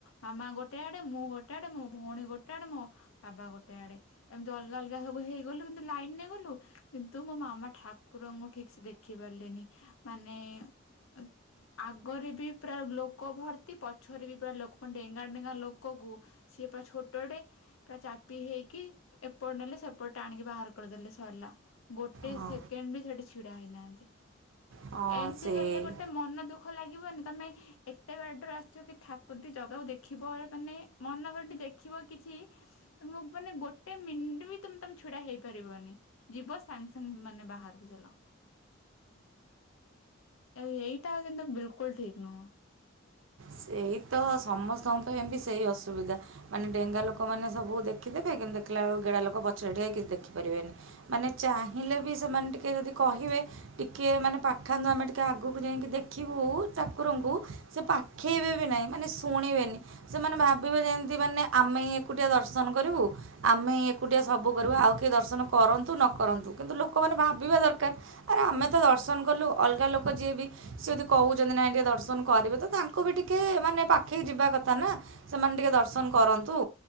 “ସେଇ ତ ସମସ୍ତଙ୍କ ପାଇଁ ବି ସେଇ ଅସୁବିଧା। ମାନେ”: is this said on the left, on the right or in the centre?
Right